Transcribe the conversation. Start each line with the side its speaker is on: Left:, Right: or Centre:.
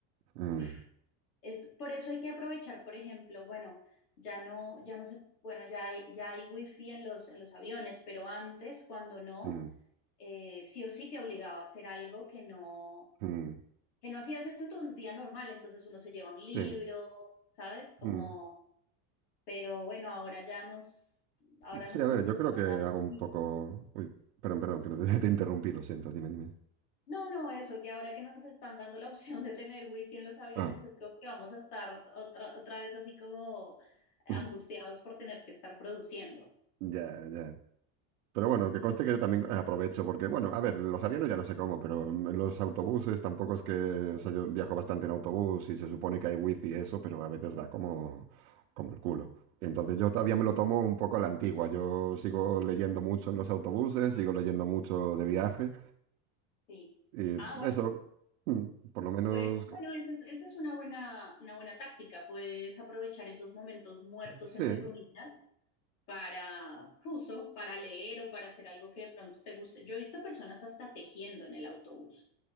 Right: mm,
Left: Uf, es, por eso hay que aprovechar, por ejemplo, bueno, ya no, ya no se, bueno, ya hay, ya hay wifi en los, en los aviones, pero antes, cuando no...
Right: mm,
Left: eh, sí o sí te obligaba a hacer algo que no,
Right: mm,
Left: que no hacías en tu día normal, entonces uno se lleva un libro,
Right: sí.
Left: ¿sabes? Como,
Right: mm.
Left: pero bueno, ahora ya nos, ahora
Right: Sí,
Left: nos,
Right: a ver,
Left: nos
Right: yo
Left: están
Right: creo que
Left: dando
Right: hago un
Left: wifi.
Right: poco. Uy, perdón, perdón, que te, <laughs> te interrumpí, lo siento, dime, dime.
Left: No, no, eso, que ahora que nos están dando la opción de tener wifi en los aviones,
Right: Ah,
Left: es como que vamos a estar otra, otra vez así como
Right: <clears throat>
Left: angustiados por tener que estar produciendo.
Right: ya, ya. Pero bueno, que conste que yo también eh, aprovecho, porque bueno, a ver, los aviones ya no sé cómo, pero mm, los autobuses tampoco es que, o sea, yo viajo bastante en autobús y se supone que hay wifi y eso, pero a veces va como, como el culo. Entonces yo todavía me lo tomo un poco a la antigua, yo sigo leyendo mucho en los autobuses, sigo leyendo mucho de viaje
Left: Sí.
Right: y
Left: Ah, bueno,
Right: eso, mm, por lo menos,
Left: pues
Right: co-
Left: bueno, esa es, esta es una buena, una buena táctica, puedes aprovechar esos momentos muertos,
Right: sí,
Left: entre comillas, para justo, para leer o para hacer algo que de pronto te guste. Yo he visto personas hasta tejiendo en el autobús.